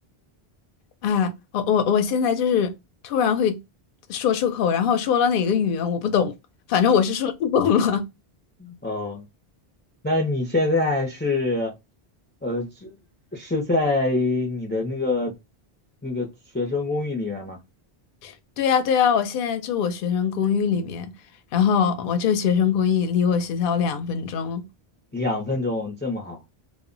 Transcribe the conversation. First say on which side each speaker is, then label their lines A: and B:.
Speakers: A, on the left; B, on the left.
A: 哎，我我我现在就是突然会说出口，然后说了哪个语言我不懂，反正我是说出口了。
B: 哦，那你现在是，呃，是是在你的那个那个学生公寓里面吗？
A: <laughs> 对呀，对呀，我现在住我学生公寓里面，然后我这学生公寓离我学校两分钟，
B: 两分钟这么好？